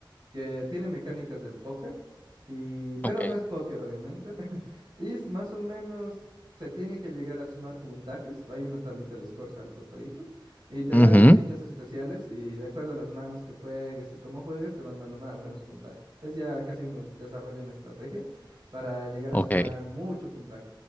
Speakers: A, on the right; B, on the left.
A: que tiene mecánicas del póker, y, pero
B: Ok.
A: no es póker, obviamente. <laughs> Y es más o menos, se tiene que llegar a sumar puntajes. Hay una tablita de scores al costadito, y te
B: ujú.
A: dan fichas especiales, y de acuerdo a las manos que juegues y cómo juegues, te van dando más o menos puntaje. Es ya casi uno desarrolla una estrategia para llegar
B: Ok.
A: a sumar mucho puntaje.